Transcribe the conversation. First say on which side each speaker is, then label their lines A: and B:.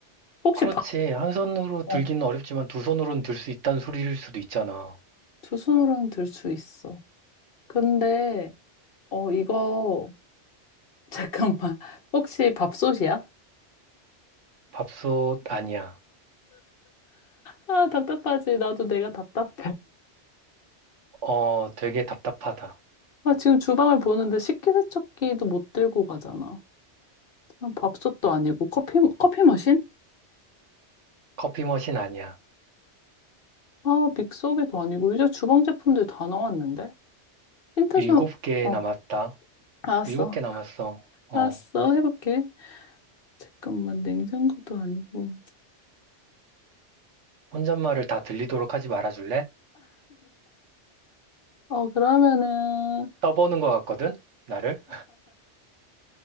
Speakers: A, on the left; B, on the right.
A: 혹시
B: 그렇지.
A: 바,
B: 한 손으로
A: 어,
B: 들기는 어렵지만 두 손으로는 들 수 있다는 소리일 수도 있잖아.
A: 두 손으로는 들 수 있어. 근데 어 이거 <laughs> 잠깐만 혹시 밥솥이야?
B: 밥솥 아니야.
A: 아 답답하지. 나도 내가 답답해.
B: 어, 되게 답답하다.
A: 아 지금 주방을 보는데 식기세척기도 못 들고 가잖아. 그럼 밥솥도 아니고 커피 커피 머신?
B: 커피 머신 아니야.
A: 아 믹서기도 아니고 이제 주방 제품들 다 나왔는데. 힌트
B: 일곱
A: 좀,
B: 개
A: 어,
B: 남았다.
A: 알았어.
B: 일곱 개 남았어. 어,
A: 알았어. 해볼게. 잠깐만, 냉장고도 아니고.
B: 혼잣말을 다 들리도록 하지 말아줄래?
A: 어, 그러면은,
B: 떠보는 것 같거든? 나를?